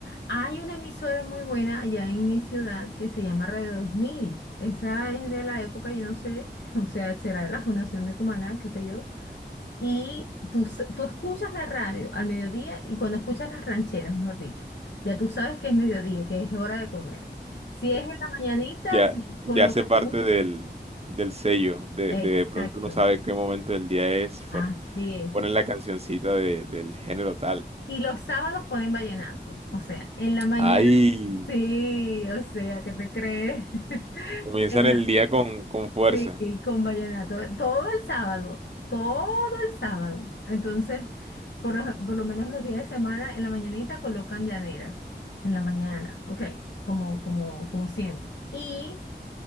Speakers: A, on the left; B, on the right.
A: Hay una emisora muy buena allá en mi ciudad que se llama Radio Dos Mil. Esa es de la época, yo no sé, <laughs> o sea, será de la Fundación de Cumaná, qué sé yo. Y tú, s- tú escuchas la radio al mediodía y cuando escuchas las rancheras, mejor dicho, ya tú sabes que es mediodía, que es hora de comer. Si es en la mañanita,
B: Ya,
A: se
B: ya
A: colocan
B: hace parte
A: la música.
B: del, del sello. De,
A: Exacto,
B: de pronto uno sabe qué momento del día es.
A: así
B: Por,
A: es.
B: ponen la cancioncita de- del género tal.
A: Y los sábados ponen vallenato, o sea, en la mañana,
B: Ahí
A: sí, o sea, ¿qué te crees? <laughs>
B: comienzan
A: en
B: el
A: la
B: día con, con fuerza.
A: Sí, con vallenato, todo el sábado, todo el sábado. Entonces, por lo, por lo menos los días de semana, en la mañanita colocan llaneras, en la mañana, ok, como, como, como siempre. Y